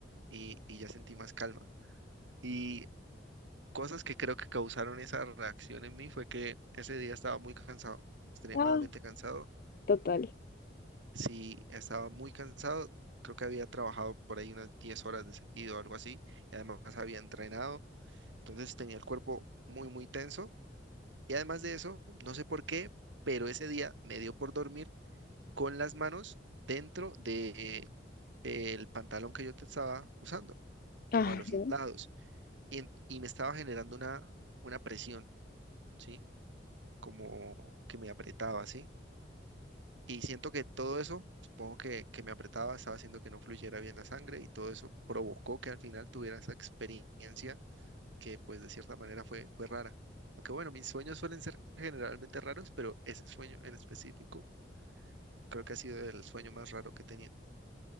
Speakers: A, on the right (about 90°); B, on the left (about 50°).
A: y, y ya sentí más calma. Y cosas que creo que causaron esa reacción en mí fue que ese día estaba muy cansado, extremadamente
B: Ah,
A: cansado.
B: total.
A: Sí, estaba muy cansado. Creo que había trabajado por ahí unas 10 horas de seguido o algo así. Y además había entrenado. Entonces tenía el cuerpo muy, muy tenso Y además de eso, no sé por qué, pero ese día me dio por dormir con las manos dentro de eh, el pantalón que yo te estaba usando, como
B: Ah,
A: a los
B: no.
A: lados, y, en- y me estaba generando una, una presión, ¿sí? Como que me apretaba, ¿sí? Y siento que todo eso, supongo que, que me apretaba, estaba haciendo que no fluyera bien la sangre y todo eso provocó que al final tuviera esa experiencia que pues de cierta manera fue, fue rara. Aunque bueno, mis sueños suelen ser generalmente raros, pero ese sueño en específico creo que ha sido el sueño más raro que he tenido.